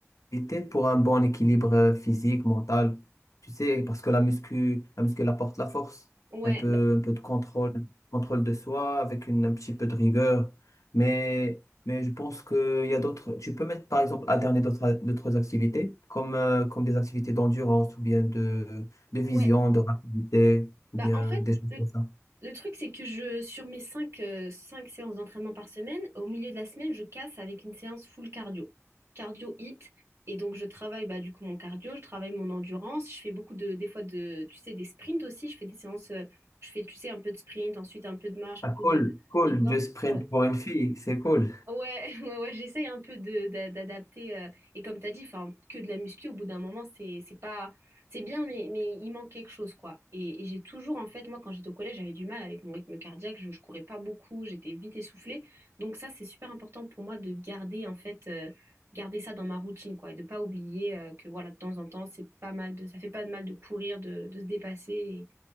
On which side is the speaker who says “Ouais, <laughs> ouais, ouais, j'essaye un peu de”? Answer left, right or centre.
Right